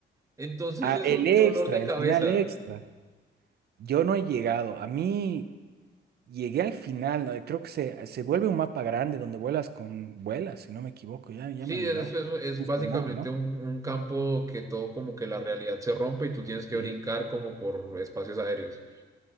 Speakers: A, on the right; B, on the right.
A: Entonces
B: Ah,
A: es
B: el
A: un
B: extra,
A: dolor de
B: el
A: cabeza.
B: final extra. Yo no he llegado. A mí llegué al final, ¿no? Creo que se, se vuelve un mapa grande donde vuelas con vuelas, si no me equivoco. Ya, ya
A: Sí,
B: me he olvidado.
A: es, es,
B: Creo
A: es
B: que es
A: básicamente
B: con nube, ¿no?
A: un, un campo que todo como que la realidad se rompe y tú tienes que
B: Sí.
A: brincar como por espacios aéreos.